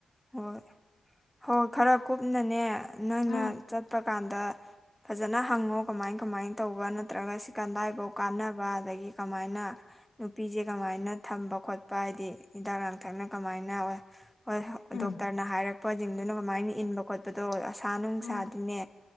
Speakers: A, in the centre; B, on the left.
A: ꯍꯣꯏ ꯍꯣꯏ ꯈꯔ ꯀꯨꯞꯅꯅꯦ ꯅꯪꯅ
B: ꯎꯝ
A: ꯆꯠꯄ ꯀꯥꯟꯗ ꯐꯖꯅ ꯍꯪꯉꯣ ꯀꯃꯥꯏ ꯀꯃꯥꯏ ꯇꯧꯕ ꯅꯠꯇ꯭ꯔꯒ ꯀꯗꯥꯏꯐꯥꯎ ꯀꯥꯟꯅꯕ ꯑꯗꯒꯤ ꯀꯃꯥꯏꯅ ꯅꯨꯄꯤꯁꯦ ꯀꯃꯥꯏꯅ ꯊꯝꯕ ꯈꯣꯠꯄ ꯍꯥꯏꯗꯤ ꯍꯤꯗꯥꯛ ꯂꯥꯡꯊꯛꯅ ꯀꯃꯥꯏꯅ ꯍ ꯍꯣꯏ
B: ꯎꯝ
A: ꯗꯣꯛꯇꯔꯅ ꯍꯥꯏꯔꯛꯄꯁꯤꯡꯗꯨꯅ ꯀꯃꯥꯏꯅ ꯏꯟꯕ ꯈꯣꯠꯄꯗꯣ ꯑꯁꯥ ꯅꯨꯡꯁꯥꯗꯤꯅꯦ
B: ꯎꯝ